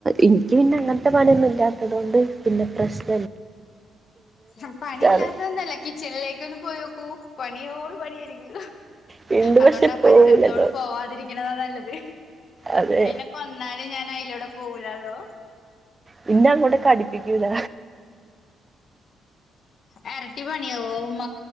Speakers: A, on the right (about 25°); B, on the left (about 55°).
A: എനിക്ക് പിന്നെ അങ്ങനത്തെ പണിയൊന്നും ഇല്ലാത്തത് കൊണ്ട് പിന്നെ പ്രശന
B: ആ പണില്ലാത്തൊന്നല്ല
A: ആണ്
B: കിച്ചനിലേക്ക് ഒന്ന് പോയി നോക്കൂ പണിയോട് പണിയരിക്ക
A: വീണ്ടും
B: അതുകൊണ്ടാ
A: പക്ഷെ പോവില്ലല്ലോ
B: പരിസരത്തോട് പോവാതിരിക്കുന്നതാ നല്ലത്
A: അതെ
B: എന്നെ കൊന്നാലും ഞാൻ അതിലൂടെ പോവൂലാല്ലോ
A: പിന്ന അങ്ങോട്ട അടിപ്പിക്കൂല്ല
B: ആ ഇരട്ടി പണി ഉമ്മ